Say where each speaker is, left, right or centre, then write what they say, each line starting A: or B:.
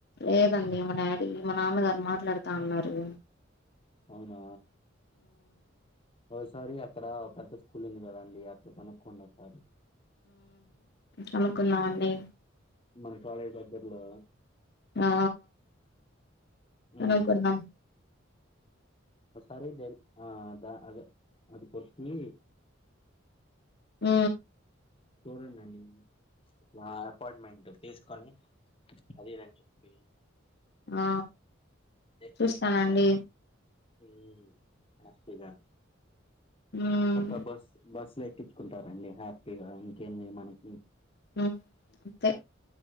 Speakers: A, on the left (about 60°); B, on the left (about 30°).
A: ఎపు దండి మా డాడీ మా నాన్నగారు మాట్లాడుతా అన్నారు
B: అవునా ఓసారి అక్కడ ఒక స్కూల్ంది కదండి యాత్ర కనుక్కొని ఒకసారి
A: కనుకున్నాం అండి
B: మన కాలేజ్ దగ్గర్లో
A: ఆ
B: హ్మ్.
A: కనుకున్నాం
B: ఒకసారి డైల్ ఆ అదా అదే అది కొట్టి
A: ఊ
B: చూడండండి మా అపాయింట్మెంట్ తీసుకొని అదిదని చెప్పి
A: ఆ
B: ఎకు
A: చూస్తానండి
B: ఎకు సాలరీస్ ఊ హ్యాపీగా
A: ఉమ్
B: చక్కగా బస్ బస్ లో ఎక్కి టారండి హ్యాపీగా ఇంకేంది మనకి
A: అంతే